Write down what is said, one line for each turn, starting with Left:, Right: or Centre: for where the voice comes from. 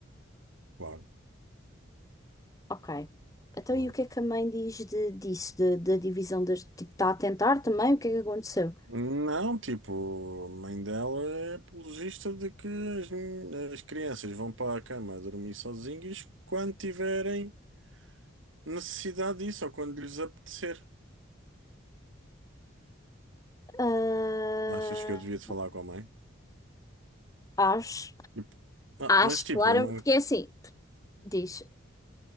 Right: claro,
Left: Ok. Então,
Right: claro.
Left: e o que é que a mãe diz de, disso, de- da divisão das. Tipo, está a tentar também? O que é que aconteceu?
Right: Não, tipo, a mãe dela é apologista de que as, men- as crianças vão para a cama dormir sozinhas quando tiverem necessidade disso ou quando lhes apetecer.
Left: Ah,
Right: Achas que eu devia te falar com a mãe?
Left: acho.
Right: Tipo, ah,
Left: Acho,
Right: mas tipo,
Left: claro,
Right: eu não,
Left: porque é assim. Diz,